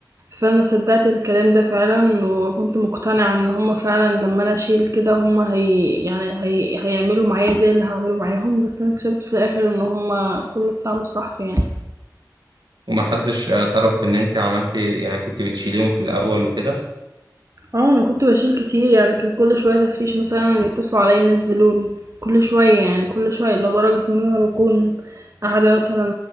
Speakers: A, on the right; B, on the right.
A: فأنا صدقت الكلام ده فعلا وكنت مقتنعة إن هما فعلا لما أنا أشيل كده هما هي يعني هي هيعملوا معايا زي اللي هعمله معاهم بس أنا اكتشفت في الآخر إن هما كله بتاع مصلحته يعني
B: ومحدش اعترف بان انت عملتي يعني كنت بتشيليهم في الاول وكده
A: اه انا كنت بشيل كتير يعني كان كل شويه تفتيش مثلا يتصلوا عليا ينزلوني كل شويه يعني كل شويه لدرجه ان انا بكون قاعده مثلا